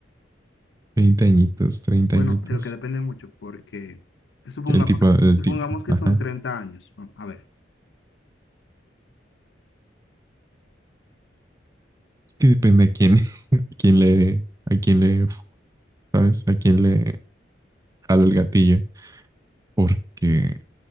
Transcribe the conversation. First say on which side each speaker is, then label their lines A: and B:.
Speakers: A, on the right (about 20°); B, on the left (about 75°).
A: treinta añitos, 30
B: Bueno,
A: añitos.
B: creo que depende mucho porque supongamos,
A: El tipo, el
B: supongamos
A: tipo,
B: que
A: ajá.
B: son 30 años. Bueno, A ver.
A: Es que depende a quién, <laughs> a quién le, a quién le, ¿sabes? A quién le jalo el gatillo. Porque